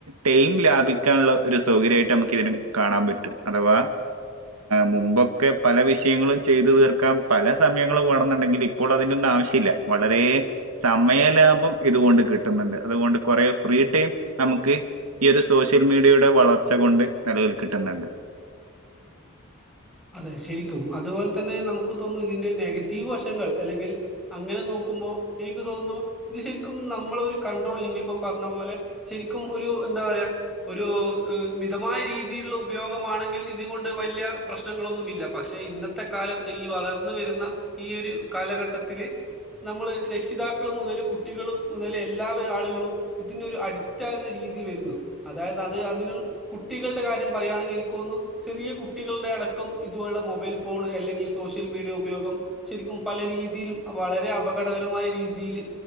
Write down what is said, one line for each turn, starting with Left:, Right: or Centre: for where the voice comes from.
Right: ടൈം ലാഭിക്കാനുള്ള ഒരു സൗകര്യമായിട്ട് നമുക്ക് ഇതിന് കാണാൻ പറ്റും അഥവാ മുമ്പൊക്കെ പല വിഷയങ്ങളും ചെയ്തു തീർക്കാൻ പല സമയങ്ങളും വേണന്നുണ്ടെങ്കിൽ ഇപ്പോൾ അതിന്റെയൊന്നും ആവശ്യമില്ല വളരെ സമയലാഭം ഇതുകൊണ്ട് കിട്ടുന്നുണ്ട് അതുകൊണ്ട് കുറെ ഫ്രീ ടൈം നമുക്ക് ഈ ഒരു സോഷ്യൽ മീഡിയയുടെ വളർച്ച കൊണ്ട് നിലവിൽ കിട്ടുന്നുണ്ട്
Centre: അതെ ശരിക്കും അതുപോലെ തന്നെ നമുക്ക് തോന്നുന്നു ഇതിന്റെ നെഗറ്റീവ് വശങ്ങൾ അല്ലെങ്കിൽ അങ്ങനെ നോക്കുമ്പോൾ എനിക്ക് തോന്നുന്നു ഇത് ശരിക്കും നമ്മള ഒരു കൺണ്ട്രോൾ നിങ്ങളിപ്പോ പറഞ്ഞ പോലെ ശരിക്കും ഒരു എന്താ പറയാ ഒരു മിതമായ രീതിയിലുള്ള ഉപയോഗമാണെങ്കിൽ ഇത് കൊണ്ട് വലിയ പ്രശ്നങ്ങളൊന്നുമില്ല പക്ഷെ ഇന്നത്തെ കാലത്ത് ഈ വളർന്ന വരുന്ന ഈ ഒരു കാലഘട്ടത്തില് നമ്മള് രക്ഷിതാക്കൾ മുതൽ കുട്ടികൾ മുതൽ എല്ലാ ആളുകളും ഇതിനൊരു അഡിക്റ്റ് ആകുന്ന രീതി വരുന്നു. അതായത് അത് അതിന് കുട്ടികളുടെ കാര്യം പറയുകയാണെങ്കിൽ എനിക്ക് തോന്നുന്നു ചെറിയ കുട്ടികൾ ടെ അടക്കം ഇതുപപോലുള്ള മൊബൈൽ ഫോൺ അല്ലെങ്കിൽ സോഷ്യൽ മീഡിയ ഉപയോഗം ശരിക്കും പല രീതിയിലും വളരെ അപകടകരമായ രീതിയിൽ